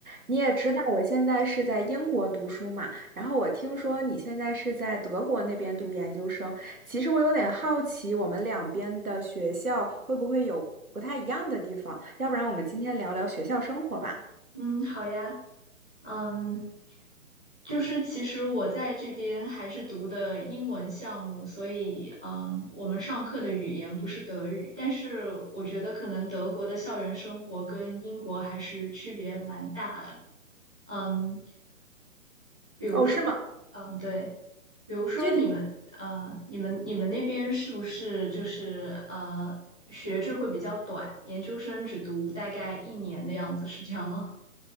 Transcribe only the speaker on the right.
你也知道我现在是在英国读书嘛，然后我听说你现在是在德国那边读研究生，其实我有点好奇，我们两边的学校会不会有不太一样的地方？要不然我们今天聊聊学校生活吧？
哦，是吗？
具体